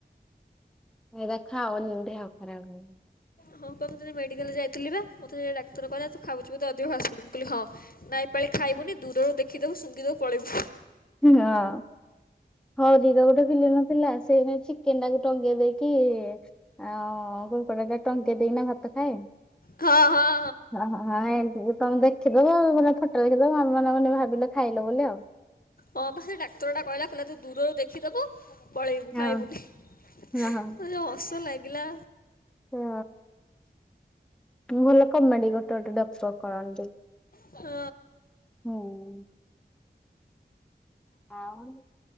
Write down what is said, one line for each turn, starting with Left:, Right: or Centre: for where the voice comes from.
Centre: ଏରା ଖାଅନି ଦେହ ଖରାପ ହେବ।
Left: ହଁ ପା ମୁଁ ଦିନେ ମେଡିକାଲ ଯାଇଥିଲି ବା ମତେ ସେ ଡାକ୍ତର କହିଲା ତୁ ଖାଉଛୁ ବୋଧେ ଅଧିକ ଫାସେଫୁଟୁ ମୁଁ କହିଲି ହିଁ ନା ଏପା କଇଲେ ଖାଇବୁନି ଦୂରରୁ ଦେଖିଦବୁ ସୁଙ୍ଗିଦବୁ ପଳେଇବୁ।
Centre: ହଁ। ହରିର ଗୋଟେ ଫିଲ୍ମ ନଥିଲା ସେ ନା ଚିକେନ୍ ଟାକୁ ଟଙ୍ଗେଇ ଦେଇକି ଆଉ କୁକୁଡା ଟା ଟଗେଇ ଦେଇକିନା ଭାତ ଖାଏ।
Left: ହଁ ହଁ
Centre: ହଁ ହ ହଁ ଏ। ତମେ ଦେଖିଦବ ପୁରା ଫଟୋ ଦେଖିଦବ ଆମେମାନେ ମାନେ ଭାବିଲେ ଖାଇଲ ବୋଲି ଆଉ।
Left: ହଁ ପା ସେ ଡାକ୍ତର ଟା କହିଲା କହିଲା ତୁ ଦୂରରୁ ଦେଖିଦବୁ। ପଳେଇବୁ
Centre: ହଁ
Left: ଖାଇବୁନି ମତେ
Centre: ହଁ।
Left: ଯୋଉ ହସ ଲାଗିଲା।
Centre: ହଁ ମୁଁ ଭଲ କମେଡି ଗୋଟେ ଗୋଟେ ଡକ୍ଟ କରନ୍ତି
Left: ହଁ।
Centre: ହୁଁ। ଆଉ